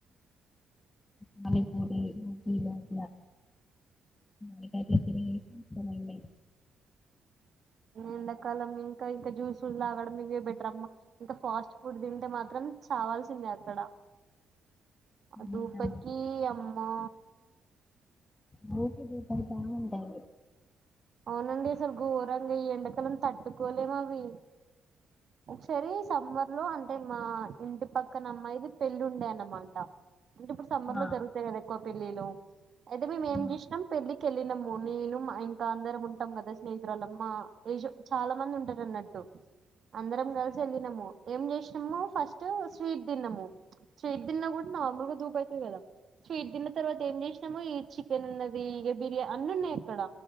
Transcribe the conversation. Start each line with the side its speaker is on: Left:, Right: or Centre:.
Left: పానీపూరి బజ్జీలు అట్లా, అట్లట్ల తరిగేసి వస్తం అండి.
Right: ఎండాకాలం ఇంకా ఇంకా జ్యూస్ లు తలాగడం ఇవే బెటర్ అమ్మా, ఇంకా ఫాస్ట్ ఫుడ్ తింటే మాత్రం చావాల్సిందే అక్కడ. ఆ దెబ్బకి
Left: ఇంకా
Right: అమ్మా
Left: గపీ ధూర్తా ఉంటయ్
Right: అవునండి ఆసలు గోరంగ ఈ ఎండకలం. తట్టుకోలేమవి, ఒకసారి సమ్మర్ లో అంటే మా ఇంటి పక్కనమ్మాయికి పెళ్లి ఉందన్నమాట. అంటే ఇప్పుడు సమ్మర్
Left: ఆ
Right: లో జరుగుతాయి కా ఎక్వ పెళ్ళిలో అయితే మేము ఏం
Left: ఆ,
Right: చేసినా పెళ్ళి కి వెళ్ళినాము నెను మా ఇన్ ఇంకా అందరం ఉంటాం కదా స్నేహితురాాలమ్మ ఏజో చాలా మంది ఉంటారు అన్నట్టు అందరం కలిసి వెళ్ళినము ఏం చేసిన మేము ఫస్ట్ స్వీట్ తిన్నాము స్వీట్ తిన్నాము కూడా, నార్మల్ గా దూపు అయితాంది, కదా స్వీట్ తిన్న తర్వాత ఏం చేసినాము ఈ చికెన్ ఉన్నది ఇక బిర్యానీ అన్ని ఉన్నాయి అక్కడ